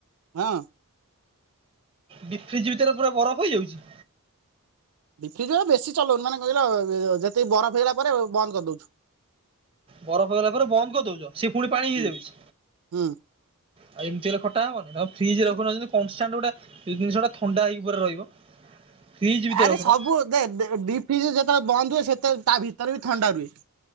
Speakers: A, on the right; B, on the right.
A: ହଁ।
B: ଡି ଫ୍ରିଜ୍ ଭିତରେ ପୁରା ବରଫ ହେଇଯାଉଛି?
A: ଡି ଫ୍ରିଜ ଏ ବେଶୀ ଚଲଉନୁ ମାନେ କ କହିିଲ, ଯେତିକି ବରଫ ହେଇଗଲା ପରେ ବନ୍ଦ କରିଦଉଛୁ।
B: ବରଫ ହେଇଗଲା ପରେ ବନ୍ଦ କରିଦଉଛ। ସେ ପୁଣି ପାଣି ହେଇଯାଉଛି?
A: ହୁଁ ହୁଁ
B: ଆଉ ଏମତି ହେଲେ ଖଟା ହବନି ଆ ଫ୍ରିଜରେ ରଖୁନ ଯେମିତି କନଷ୍ଟାଣ୍ଡ ଗୋଟେ। ସେଇ ଜିନିଷଟ ଟା ଥଣ୍ଡା ହେଇକି ପୁରା ରହିବ। ଫ୍ରିଜ ଭିତରେ
A: ଆରେ
B: ରଖୁନ
A: ସବୁ ଦେ ଦେ ଡିଫ୍ରିଜ ଯେତେବେଳେ ବନ୍ଦ ହୁଏ ସେତେ ତା ଭିତରେ ବି ଥଣ୍ଡା ରୁହେ।